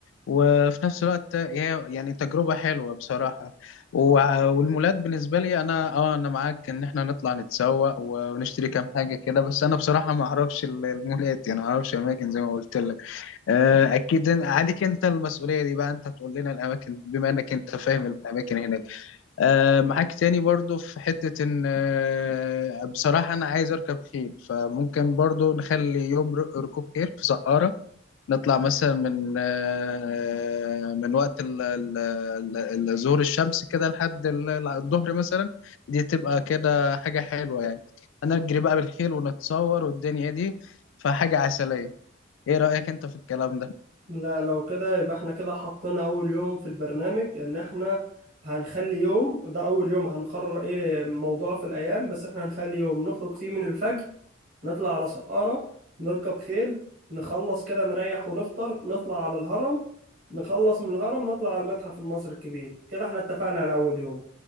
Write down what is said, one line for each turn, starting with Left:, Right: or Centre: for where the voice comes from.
Left: وفي نفس الوقت هي يعني تجربة حلوة بصراحة وع- والمولات بالنسبة لي أنا أه أنا معاك إن إحنا نطلع نتسوق ونشتري كام حاجة كده بس أنا بصراحة ما أعرفش ال- المولات يعني ما أعرفش أماكن زي ما قلت لك آه، أكيد إن- عليك أنت المسؤولية دي بقى أنت تقول لنا الأماكن بما إنك أنت فاهم الأماكن هناك آه، معاك تاني برضو في حتة إن آه، بصراحة أنا عايز أركب خيل فممكن برضو نخلي يوم ر- ركوب خيل في سقارة نطلع مثلا من آه، من وقت ال- ال- ال- ال- ظهور الشمس كده لحد ال- ال- الظهر مثلا دي تبقى كده حاجة حلوة يعني هنجري بقى بالخيل ونتصور والدنيا دي فحاجة عسلية ايه رأيك انت في الكلام ده
Right: لا لو كده يبقى احنا كده حطينا اول يوم في البرنامج ان احنا هنخلي يوم ده اول يوم هنقرر ايه موضوع في الايام بس احنا هنخلي يوم نخرج فيه من الفجر نطلع على سقارة نركب خيل نخلص كده نريح ونفطر نطلع على الهرم نخلص من الهرم نطلع على المتحف المصري الكبير كده احنا اتفقنا على اول يوم